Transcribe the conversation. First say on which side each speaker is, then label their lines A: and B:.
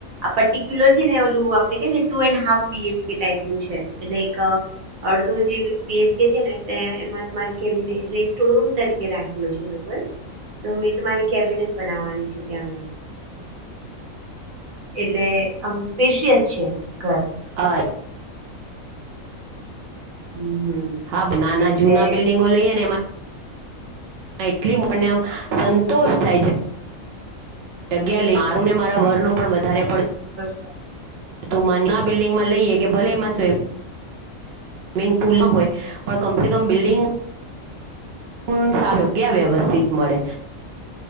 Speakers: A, on the right (about 75°); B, on the right (about 55°).
A: આ પર્ટિક્યુલર છે ને ઓલું આપડે કેને two and half B H K type નું છે, એટલે કા અડધો જે બી બી એચ કે છે ને, તે એમાં તો મારી કેબિને એટલે સ્ટોર રૂમ તરીકે રાખેલો છે એ લોકો
B: <inaudible>
A: તો મેં તો મારી કેબિન જ બનાવાની છું ત્યાં આગળ. એટલે આમ સ્પેશિયસ છે ઘર.
B: <unintelligible>
A: હમ હમ
B: હાબ નાના
A: એટલે
B: જૂના બિલ્ડિંગો લઈએ ને એમા એટલી મને આમ સંતોષ થાય છે. જગ્યા લે મારું ને મારા વરનું પણ વધારે પડ
A: ઓ.
B: તું મનના બિલ્ડિંગમાં લઈએ કે ભલે એમાં સ્વિમ સ્મિંગપુલ ન હોય પણ કમસે કમ બિલ્ડિંગ હમ્મ સારુ ક્યાં વ્યવસ્થિત મળે.